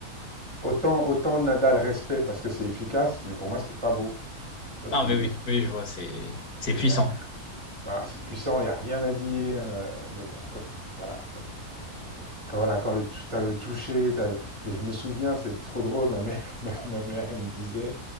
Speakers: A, on the right; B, on the left.
A: Autant, autant Nadal respect parce que c'est efficace, mais pour moi, c'était pas beau. C'est ce
B: Non,
A: que je
B: mais
A: veux dire.
B: oui, oui, je vois, c'est, c'est
A: C'est
B: puissant.
A: euh, voilà, c'est puissant, il n'y a rien à dire. euh, mais bon, quand tu- voilà, quand, quand voilà, quand le tu as le toucher, t'as le- et je me souviens, c'est trop drôle. Ma mère, <laughs> ma, ma mère, elle me disait